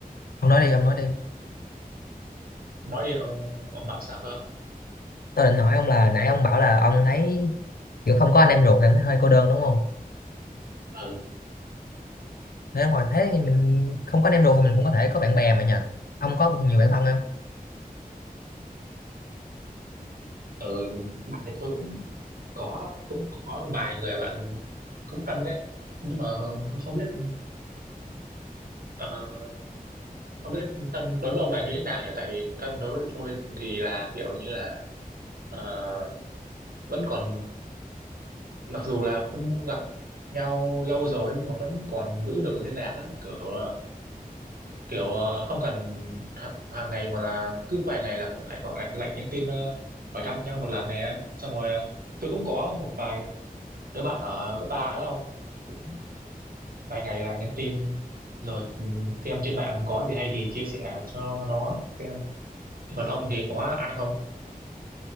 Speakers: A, on the left (about 80°); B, on the right (about 70°).
A: ông nói đi ông nói đi
B: nói đi ông ông bảo sao cơ
A: tôi định hỏi ông là nãy ông bảo là ông thấy kiểu không có anh em ruột thì em thấy hơi cô đơn đúng không
B: ừ,
A: thế ngoài thế thì mình không có anh em ruột thì mình cũng có thể có bạn bè mà nhờ ông có nhiều bạn thân không
B: ừ bạn thì tôi cũng có cũng có vài người bạn cũng thân đấy nhưng mà ờ, không biết Ờ, không biết thân đối với ông là như thế nào nhỉ? Tại vì thân đối với tôi thì là kiểu như là ờ, vẫn còn mặc dù là không gặp nhau lâu rồi nhưng mà vẫn còn giữ được liên lạc á, kiểu là- kiểu ờ, không cần hàng, hàng ngày mà là cứ vài ngày là lại gọi lại lại nhắn tin ờ, hỏi thăm nhau một lần nè. Xong rồi ờ, tôi cũng có một vài đứa bạn ở cấp 3 đó không? cũng vài ngày là nhắn tin rồi ừ, xem trên mạng có gì hay thì chia sẻ cho nó xem Thế còn ông thì có ai không